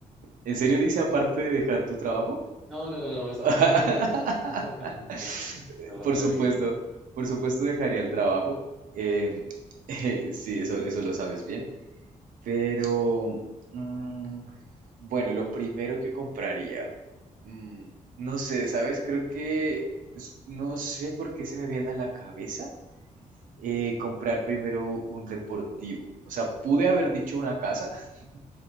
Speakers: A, on the right; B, in the centre.
A: ¿En serio dice aparte de dejar tu trabajo?
B: No, no, no, no, esa
A: <laughs>
B: parte la, la agregué yo. <laughs> Esa parte
A: Por
B: la
A: supuesto,
B: agregué yo.
A: por supuesto dejaría el trabajo. em, <laughs> sí, eso, eso lo sabes bien. Pero, mm, bueno, lo primero que compraría, mm, no sé, ¿sabes? Creo que, es- no sé por qué se me viene a la cabeza eh, comprar primero un deportivo. O sea, pude haber dicho una casa, <laughs>